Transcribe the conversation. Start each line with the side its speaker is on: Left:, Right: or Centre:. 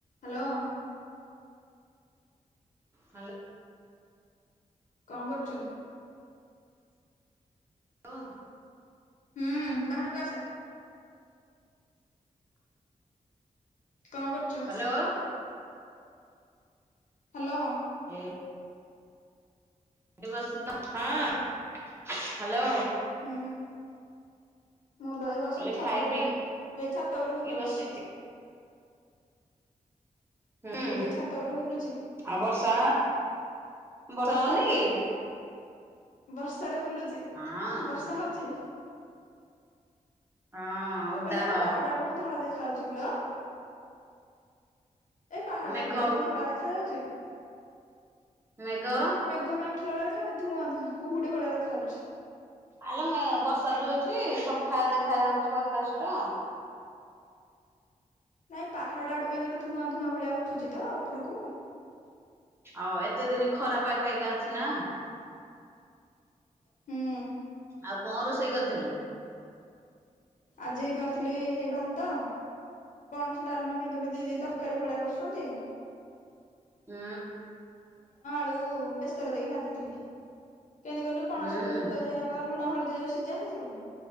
Left: Hello.
Right: ହାଲ
Left: କଣ କରୁଛୁ?
Right: ଓ।
Left: ହୁଁ ବାହାରକୁ ଆସେ। କଣ କରୁଛୁ?
Right: Hello
Left: hello.
Right: ଏ ଏଇଠି ବସି ହଁ ହାଲୋ।
Left: ହୁଁ। ମୁଁ ତ ଏଇ ବସିଛି
Right: କହିଲି
Left: ଛାତ
Right: ଖାଇ
Left: ଉପରେ
Right: ପିଇକି
Left: ଏଇ ଛାତ ଉପରେ ବୁଲୁଛି।
Right: ବସିଚି। ହୁଁ
Left: ମୁଁ ତ ଏଇ ଛାତ ଉପରେ ବୁଲୁଛି
Right: ଆଉ ବର୍ଷା? ବର୍ଷା
Left: ବର୍ଷାରେ
Right: ହଉନି କି?
Left: ବର୍ଷାରେ ବୁଲୁଚି
Right: ହଁ
Left: ବର୍ଷା ହଉଚି।
Right: ହଁ ଓଦାହ
Left: ହାଲୋ ଏମିତି ପାହାଡା ଆଡୁ କଣ ଧଳା ଦେଖା ଯାଉଛି କିଲୋ। ଏ ପାହାଡ
Right: ମେଘ
Left: ଆଡୁ ଏମିତି କଣ ଧଳା ଦେଖା ଯାଉଛି?
Right: ମେଗ
Left: ମେଘ କାଇଁ ଉଠିଲା ଭଳିଆ ଦେଖାଯାଉନି ଧୂଆଁ ଧୂଆଁ କୁହୁଡି ଭଳିଆ ଦେଖାଯାଉଛି।
Right: ଆଲମ ବର୍ଷା ଯୋଉ ହେଇଛି ସଫା ଦେଖା ଯାଉଥିବା ଆକାଶ ଟା।
Left: ନାଇଁ ପାହାଡ ଆଡୁ କେମିତି ଗୋଟେ ଧୂଆଁ ଧୂଆଁ ଭଳିଆ ଉଠୁଛି ତ ଉପରକୁ।
Right: ଆଉ ଏତେ ଦିନ ଖରା ପାଇପାଇ କା ଅଛି ନା।
Left: ହୁଁ।
Right: ଆଉ କଣ ରୋଷେଇ କରିଥିଲୁ?
Left: ଆଜି କରିଥିଲି ହେଇ ଭାତ। ପଣସ ଡାଲମା କେମିତି ଗୋଟେ ଦିଦି ତରକାରୀ ଭଳିଆ କରୁଛନ୍ତି।
Right: ହୁଁ।
Left: ଯୋଉ ବେସର ଦେଇକି ଭାଜିଥିଲି କେମିତି କୁ ପଣସ
Right: ହୁଁ
Left: କୁ ମୁଗ ଯାଇ ଆଗ ଲୁଣ ହଲ୍ ଯୋଉ ସିଝା ହେଇ ଯିବ।